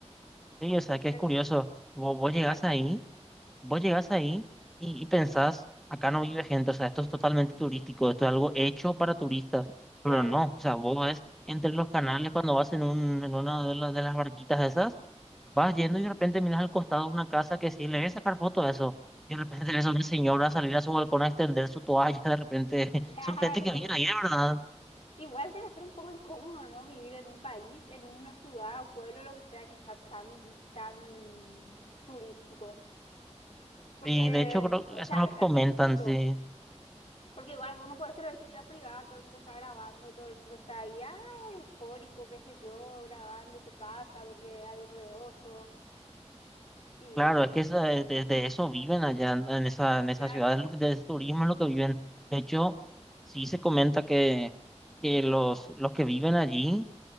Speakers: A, in the centre; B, on the left.
A: Sí, o sea, que es
B: Eh,
A: curioso. Vos, vos
B: ¿Qué
A: llegás
B: facha?
A: ahí, vos llegás ahí y, y pensás, acá no vive gente, o sea, esto es totalmente turístico, esto es algo hecho para turistas, pero
B: Claro.
A: no, o sea, vos ves entre los canales cuando vas en, un, en una de, las de las barquitas esas. Vas yendo
B: Sí.
A: y de repente
B: <laughs>
A: miras al costado una casa que sí, le voy a sacar foto a eso. Y de repente ves a una señora salir a su balcón a extender su toalla, de repente <laughs>
B: Claro.
A: son gente que viene ahí de verdad.
B: Igual debe ser un poco incómodo, ¿no? Vivir en un país, en una ciudad, un pueblo, lo que sea, que sea tan, tan turístico. Porque,
A: Y de hecho creo que
B: o
A: eso
B: sea,
A: es lo que comentan,
B: así chiquito.
A: sí.
B: Porque igual uno puede tener tu vida privada, todo el mundo está grabando, todo el mundo está ahí, ah, eufórico, qué sé yo, grabando tu casa porque es algo novedoso y
A: Claro,
B: no
A: es
B: sé.
A: que esa- de, de eso viven allá en en esa, en esa
B: Claro,
A: ciudad, es lo que- de ese turismo es lo que viven. De hecho, sí se comenta que, que los, los que viven allí